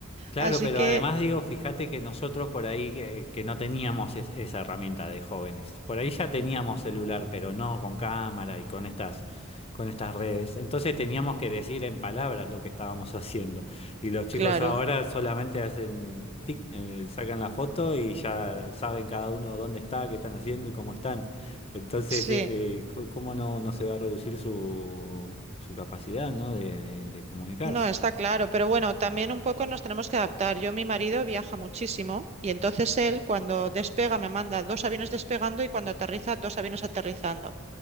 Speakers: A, on the left; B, on the right.
A: Claro,
B: Así
A: pero
B: que,
A: además digo, fíjate que nosotros por ahí que, que no teníamos es- esa herramienta de jóvenes. Por ahí ya teníamos celular, pero no con cámara y con estas, con estas redes. Entonces teníamos que decir en palabras lo que estábamos <laughs> haciendo. Y los chicos
B: claro,
A: ahora solamente hacen tic, eh, sacan la foto y ya saben cada uno dónde está, qué están haciendo y cómo están. Entonces,
B: sí,
A: eh, eh, c- ¿cómo no, no se va a reducir su, su capacidad, ¿no? de de- de comunicarse?
B: no, está claro, pero bueno, también un poco nos tenemos que adaptar. Yo, mi marido viaja muchísimo y entonces él cuando despega me manda dos aviones despegando y cuando aterriza dos aviones aterrizando.